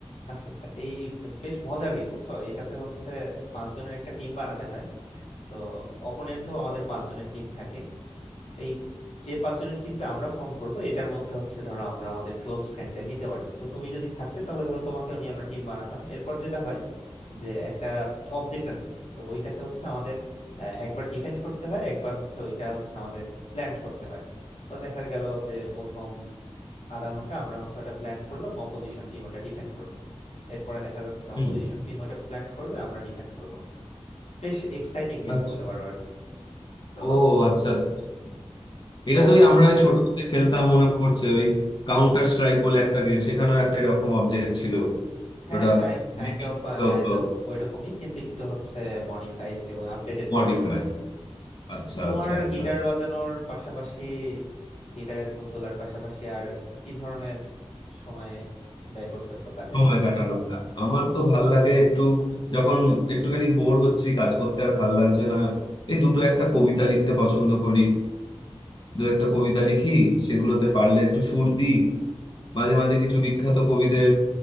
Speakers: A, on the left; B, on the left.
A: আচ্ছা আচ্ছা এই বেশ মজার গেম বুঝছো এটাতে হচ্ছে পাঁচজনের একটা টিম বানাতে হয় তো অপোনেন্টও আমাদের পাঁচজনের টিম থাকে এই যে পাঁচজনের টিমটা আমরা ফর্ম করব এটার মধ্যে হচ্ছে ধরো আমরা আমাদের ক্লোজ ফ্রেন্ডদের নিতে পারি তো তুমি যদি থাকতে তাহলে ধরো তোমাকেও নিয়ে আমরা টিম বানাতাম এরপর যেটা হয় যে একটা অবজেক্ট আছে তো ওইটাকে হচ্ছে আমাদের আহ, একবার ডিফেন্ড করতে হয় একবার হচ্ছে ওইটা হচ্ছে আমাদের প্ল্যান্ট করতে হয় তো দেখা গেল যে প্রথম আধা ঘন্টা আমরা হচ্ছে ওটা প্ল্যান্ট করলাম অপোজিশন টিম ওটা ডিফেন্ড করবে এরপরে দেখা যাচ্ছে
B: হুম
A: অপোজিশন টিম ওটা প্ল্যান্ট করবে আমরা ডিফেন্ড করব বেশ এক্সাইটিং গেম
B: আচ্ছা
A: বলতে পারো আর কি তো
B: ও আচ্ছা আচ্ছা এটা
A: তোমার
B: তুই আমরা ওই ছোটবেলায় খেলতাম মনে পড়ছে ওই কাউন্টার স্ট্রাইক বলে একটা গেম সেখানেও একটা এরকম অবজেক্ট ছিল
A: হ্যাঁ
B: ওটা
A: kind kind
B: depend
A: of
B: করতে
A: Kind
B: হতো
A: of ওইরকমই কিন্তু একটু হচ্ছে মডিফাইড এবং আপডেটেড
B: মডিফাই
A: ভার্সন আর কি
B: আচ্ছা
A: তোমার
B: আচ্ছা আচ্ছা
A: গিটার বাজানোর পাশাপাশি গিটারে ধুন তোলার পাশাপাশি আর কি ধরনের সময়ে ব্যয় করতেছো কাজে
B: সময় কাটানো না। আমার তো ভাল লাগে একটু যখন একটুখানি বোর হচ্ছি কাজ করতে আর ভাল লাগছে না এই দুটো একটা কবিতা লিখতে পছন্দ করি দু একটা কবিতা লিখি সেগুলোতে পারলে একটু সুর দিই মাঝে মাঝে কিছু বিখ্যাত কবিদের